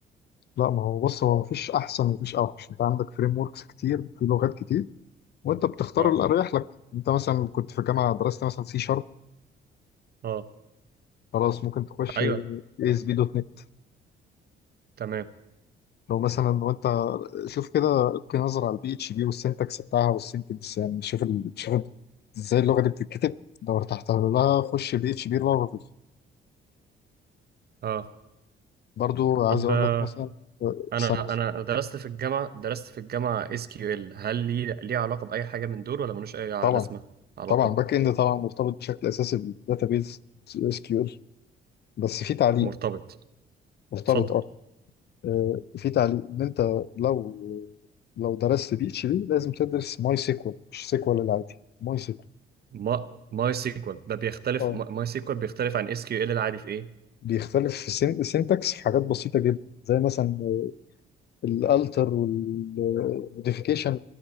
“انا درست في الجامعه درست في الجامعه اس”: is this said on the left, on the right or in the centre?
Right